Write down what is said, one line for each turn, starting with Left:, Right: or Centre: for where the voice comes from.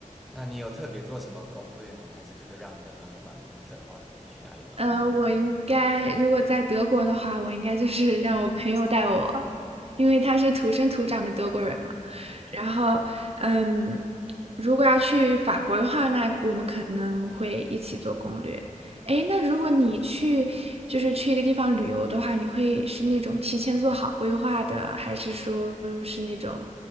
Centre: 那你有特别做什么攻略吗？还是就是让你的朋友帮你策划去哪里玩？
Right: 呃，我应该如果在德国的话，我应该就是让我朋友带我，因为他是土生土长的德国人嘛。然后，嗯，如果要去法国的话，那我们可能会一起做攻略。诶，那如果你去，就是去一个地方旅游的话，你会是那种提前做好规划的，还是说是那种